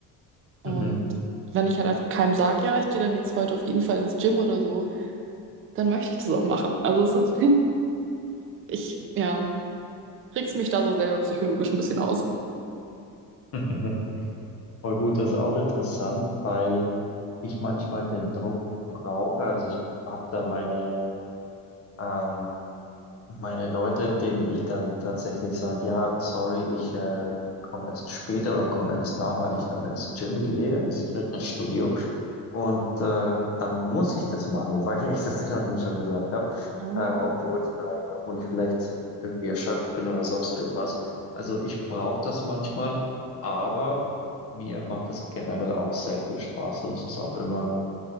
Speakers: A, on the right; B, on the left.
A: Und
B: Mhm.
A: wenn ich halt einfach keinem sage, ja, ich gehe dann jetzt heute auf jeden Fall ins Gym oder so, dann möchte ich das auch machen. Also es ist, <laughs> ich, ja, reg's mich da so selber psychologisch ein bisschen aus.
B: Mhm. <laughs> Voll gut, das ist auch interessant, weil ich manchmal den Druck brauche. Also, ich habe da meine, ähm meine Leute, denen ich dann tatsächlich sage, ja, sorry, ich äh, komme erst später oder komme erst nach, weil ich noch ins Gym gehe, ins Fitnessstudio. Und äh, dann muss ich das machen, <laughs> weil ich das dann schon gesagt habe,
A: Ah.
B: äh, obwohl es vielleicht, obwohl ich vielleicht irgendwie erschöpft bin oder sonst irgendwas. Also ich brauche das manchmal, aber mir macht das generell auch sehr viel Spaß und es ist auch immer